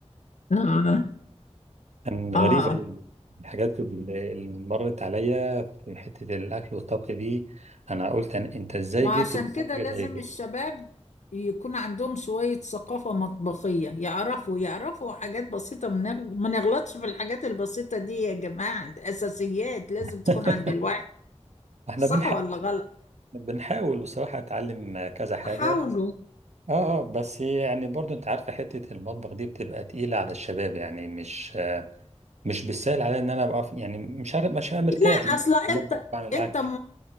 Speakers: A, on the left; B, on the right.
A: اه
B: كان غريب
A: اه
B: أوي. الحاجات اللي اللي مرت عليا في حتة الأكل والطبخ دي أنا قلت أنا أنت إزاي
A: ما
B: جه
A: عشان
B: في دماغك
A: كده
B: حاجة
A: لازم
B: زي كده؟
A: الشباب يكون عندهم شوية ثقافة مطبخية يعرفوا يعرفوا حاجات بسيطة ما نغ- ما نغلطش في الحاجات البسيطة دي يا جماعة دي أساسيات لازم
B: <laughs>
A: تكون عند الواحد
B: إحنا
A: صح
B: بنحاول
A: ولا غلط
B: بنحاول بصراحة أتعلم كذا حاجة
A: حاولوا
B: اه اه بس يعني برضو انت عارفة حتة المطبخ دي بتبقى تقيلة على الشباب يعني مش مش بالسهل عليا ان انا ابقى في- يعني مش عارف مش هبقى مرتاح
A: لا
B: ان انا
A: أصلا
B: في
A: أنت
B: المطبخ بعمل
A: أنت
B: اكل